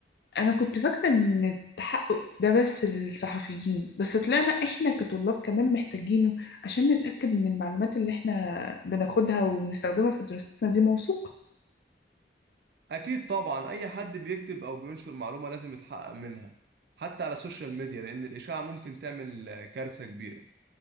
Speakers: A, on the left (about 65°); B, on the right (about 60°).
A: أنا كنت فاكرة إن التحقق ده بس للصحفيين بس طلعنا إحنا كطلاب كمان محتاجينه عشان نتأكد إن المعلومات اللي إحنا بناخدها وبنستخدمها في دراستنا دي موثوقة
B: اكيد طبعا اي حد بيكتب او بينشر معلومة لازم يتحقق منها حتى على السوشيال ميديا لان الاشاعة ممكن تعمل آه، كارثة كبيرة